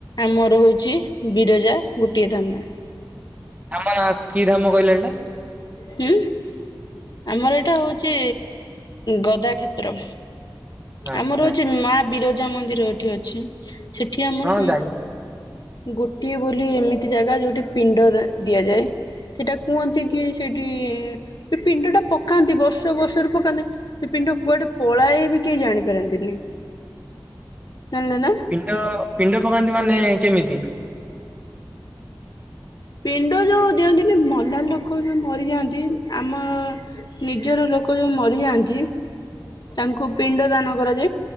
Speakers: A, on the left (about 55°); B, on the right (about 20°).
A: ଆମର ହଉଚି ବିରଜା ଗୋଟିଏ ଧାମ।
B: ଧାମ ନା କି ଧାମ କହିଲେ ହେଟା?
A: ହୁଁ ଆମର ଏଇଟା ହଉଛି ଗଦା କ୍ଷେତ୍ର।
B: ଆଚ୍ଛା
A: ଆମର ହଉଚି ମା ବିରଜା ମନ୍ଦିର ଏଠି ଅଛି। ସେଠି ଆମର
B: ହଁ ଜାଣିଚି
A: ଗୋଟିଏ ବୋଲି ଏମିତି ଜାଗା ଯୋଉଠି ପିଣ୍ଡ ଦ ଦିଆଯାଏ। ସେଟା କୁହନ୍ତି କି ସେଇଠି କି ପିଣ୍ଡ ଟା ପକାନ୍ତି ବର୍ଷ ବର୍ଷରେ ପକାନ୍ତି। ସେ ପିଣ୍ଡ କୁଆଡେ ପଳାଏ ବି କେହି ଜାଣିପାରନ୍ତିନି। ଜାଣିଲେ ନା।
B: ପିଣ୍ଡ ପିଣ୍ଡ ପକାନ୍ତି ମାନେ କେମିତି?
A: ପିଣ୍ଡ ଯୋଉ ଦିଅନ୍ତିନି ମଲା ଲୋକ ଯୋଉ ମରିଯାଆନ୍ତି ଆମ ନିଜର ଲୋ ଲୋକ ଯୋଉ ମରିଯାଆ